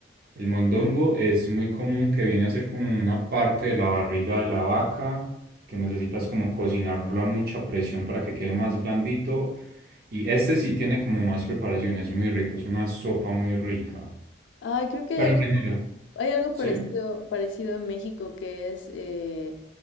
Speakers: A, on the right; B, on the left.
A: El mondongo es muy común que viene a ser como una parte de la barriga de la vaca, que necesitas como cocinarlo a mucha presión para que quede más blandito. Y este sí tiene como más preparación, es muy rico, es una sopa muy rica.
B: Ay, creo que hay
A: Pero
B: algo,
A: en general,
B: hay algo
A: ¿sí?
B: parecido, parecido a México que es, eh,